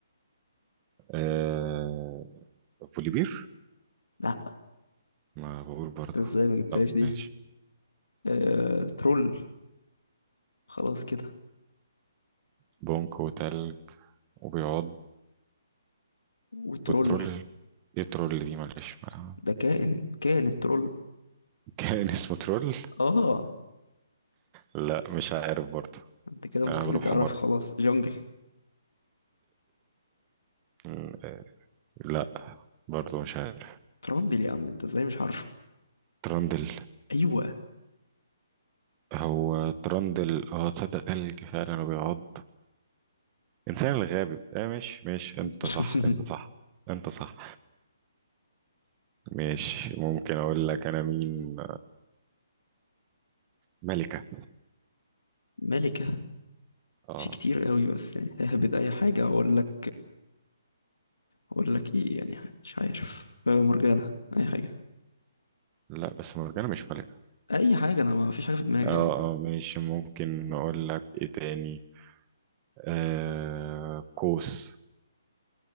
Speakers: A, on the right; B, on the left.
A: آه بوليبير
B: لا
A: ما بقول برضه
B: ده ازاي ما جبتهاش
A: طب
B: دي
A: ماشي
B: اه... ترول خلاص كده
A: بونك وتلج وبياض
B: وترول
A: بترول ايه ترول دي معلش ما-
B: ده كائن كائن الترول
A: <laughs> كان اسمه ترول
B: اه
A: لا مش عارف برضه
B: انت كده مستحيل
A: انا غلوب
B: تعرف
A: حمار
B: خلاص جونجل
A: م- لا برضه مش عارف
B: تراندل يا عم انت ازاي مش عارفه
A: ترندل
B: ايوه
A: هو ترندل اه تصدق تلج فعلا وبيعض انسان الغابي اه مش مش انت
B: <laughs>
A: صح انت صح انت صح مش ممكن اقول لك انا مين ملكة
B: ملكة
A: اه
B: في كتير قوي بس يعني ههبد اي حاجة اقول لك اقول لك ايه يعني مش عارف آه، مرجانة اي حاجة
A: لا بس مرجانة مش ملكة
B: اي حاجة انا ما فيش حاجة في دماغي
A: اه
B: يعني
A: اه مش ممكن اقول لك ايه تاني آه كوس